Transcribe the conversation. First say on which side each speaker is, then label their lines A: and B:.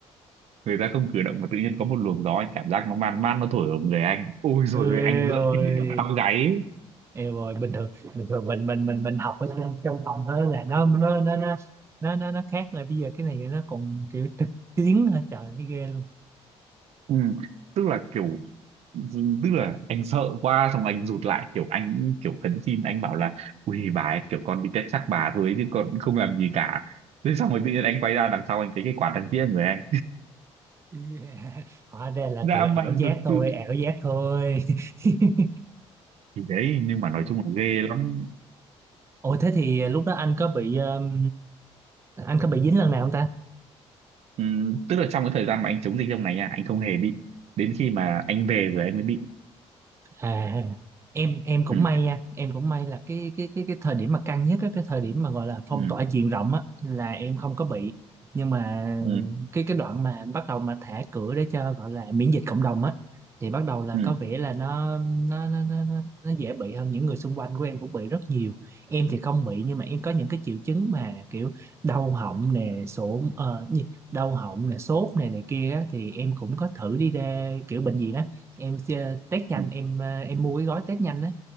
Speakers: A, on the right; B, on the right.
A: người ta không cử động mà tự nhiên có một luồng gió anh cảm giác nó man man nó thổi ở người anh ôi rồi
B: Eo
A: anh giận hết
B: ơi.
A: cả tóc gáy ấy.
B: Yêu rồi bình thường bình thường mình mình mình mình học ở trong trong phòng thôi là nó nó nó nó nó nó, nó khác rồi bây giờ cái này nó còn kiểu thực chiến hả trời thấy ghê luôn
A: ừ. tức là kiểu tức là anh sợ quá xong anh rụt lại kiểu anh kiểu khấn xin anh bảo là ui bà ấy, kiểu con đi test xác bà thôi chứ con không làm gì cả thế xong rồi tự nhiên anh quay ra đằng sau anh thấy cái quả thằng kia người anh
B: <laughs> Yeah. hóa ra là
A: dã
B: kiểu ảo
A: man
B: giác
A: thật
B: thôi
A: sự
B: ảo giác thôi <laughs>
A: thì đấy nhưng mà nói chung là ghê lắm
B: ủa thế thì lúc đó anh có bị um, anh có bị dính lần nào không ta
A: Ừm, tức là trong cái thời gian mà anh chống dịch trong này nha anh không hề bị đến khi mà anh về rồi anh mới bị
B: À, em em cũng
A: ừ,
B: may nha em cũng may là cái cái cái cái thời điểm mà căng nhất á, cái thời điểm mà gọi là phong
A: ừ,
B: tỏa diện rộng á là em không có bị nhưng mà
A: ừ,
B: cái cái đoạn mà bắt đầu mà thả cửa để cho gọi là miễn dịch cộng đồng á thì bắt đầu là
A: ừ,
B: có vẻ là nó nó nó nó nó nó dễ bị hơn những người xung quanh của em cũng bị rất nhiều em thì không bị nhưng mà em có những cái triệu chứng mà kiểu đau họng nè sổ ờ, gì? đau họng nè sốt này này kia á, thì em cũng có thử đi ra kiểu bệnh viện á em chơi test nhanh
A: ừ.
B: em ờ, em mua cái gói test nhanh á